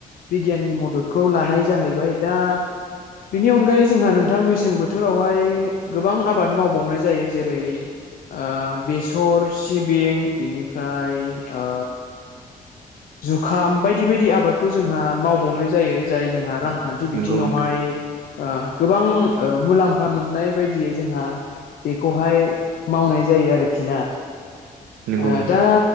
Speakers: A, on the left; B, on the right.
A: बिगियाननि मददखौ लानाय जाहैबाय। दा बिनि अनगायै जोंहा नोंथां मेसें बोथोरावहाय गोबां आबाद मावबावनाय जायो। जेरै ओ बेसर, सिबिं बेनिफ्राय ओ जुखाम बायदि बायदि आबादखौ जोंहा मावबावनाय जायो। जाय जोंहा
B: औ
A: रां खान्थि
B: नंगौ
A: बिथिङावहाय
B: नोंथां
A: ओ गोबां ओ मुलाम्फा मोननाय बायदियै जोंहा बेखौहाय मावनाय जायो आरोखि ना।
B: नंगौ
A: ओ
B: नोंथां
A: दा